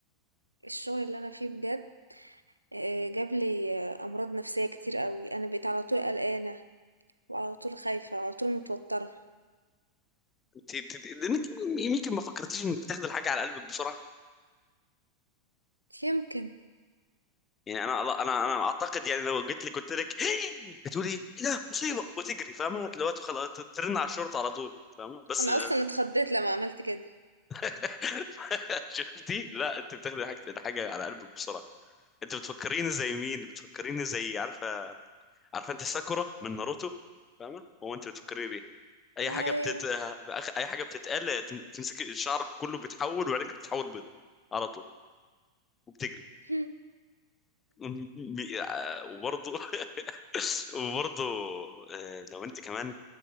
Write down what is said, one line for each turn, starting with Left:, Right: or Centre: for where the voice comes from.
Right: الشغل اللي انا فيه بجد آه، جاب لي آه، امراض نفسيه كتير قوي انا بقيت على طول قلقانه وعلى طول خايفه وعلى طول متوتره
Left: انت انت- انت- لانك يمكن ما فكرتيش انك بتاخدي الحاجه على قلبك بسرعه
Right: يمكن
Left: يعني انا انا انا اعتقد يعني لو جيت لي قلت لك <gasps> هتقولي لا مصيبه وتجري فاهمه دلوقتي خلاص ترن على الشرطه على طول فاهمه بس
Right: انا اصلا اتخضيت لما عملت كده
Left: <laughs> شفتي لا انت بتاخدي حاجه الحاجه على قلبك بسرعه انت بتفكريني زي مين بتفكريني زي عارفه عارفه انت ساكورا من ناروتو فاهمه هو انت بتفكريني بيه اي
Right: ايوه
Left: حاجه بتت... بأخ- اي حاجه بتتقال بتمسك الشعر كله بيتحول وعينك بتتحول بيضه على طول وبتجري
Right: <laughs>
Left: <laughs> وبرضه <laughs> وبرضه آه، لو انت كمان